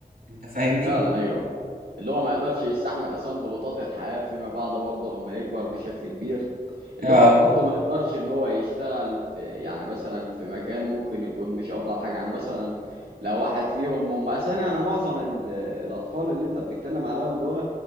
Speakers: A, on the right; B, on the right.
A: انت فاهمني؟
B: فعلا ايوه اللي هو ما يقدرش يستحمل اصلا ضغوطات الحياه فيما بعد برضه لما يكبر بشكل كبير اللي
A: اه
B: هو برضه ما يقدرش ان هو يشتغل في يعني مثلا في مكان ممكن يكون مش افضل حاجه يعني مثلا لو واحد فيهم هم اساسا انا معظم ال- الاطفال اللي انت بتتكلم عليهم دول